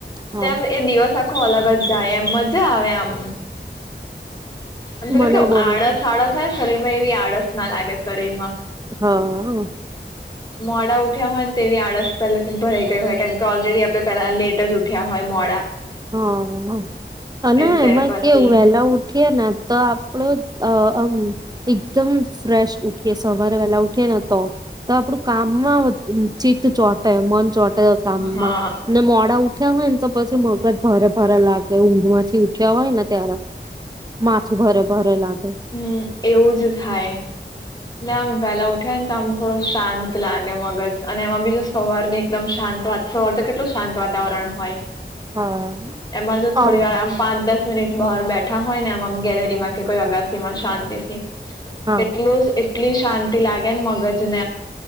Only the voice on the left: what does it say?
તેમ એ દિવસ આખો અલગ જ જાય એમ મજા આવે આમ. આમ પેલું
કેવું
આડસ
આળસ હોય ને શરીરમાં એવી આળસ લાગે શરીરમાં.
મોડા ઉઠ ઉઠીયા હોય તેવી આળસ પેલે ભરાઈ ગયું હોય કેમ કે ઓલરેડી આપણે પેલા લેટજ ઉઠ્યા હોય મોડા
એટલે
પછી
હા
હમ્મ એવું જ થાય, એટલે આમ વેલા ઉઠે ને તો આમ થોડો શાંત લાગે મગજ, અને એમાં બી જો સવાર ની એકદમ શાંત વાત સ એટલે કેટલો શાંત વાતાવરણ હોય.
એમાં જો થોડી
વાર આમ પાંચ દસ મિનિટ બહાર બેઠા હોય ને આમ-આમ ગેલેરીમાં કે કોઈ અગાસ તેમાં શાંત એ સી,
એટલું એટલી શાંતિ લાગે ને મગજ <unintelligible>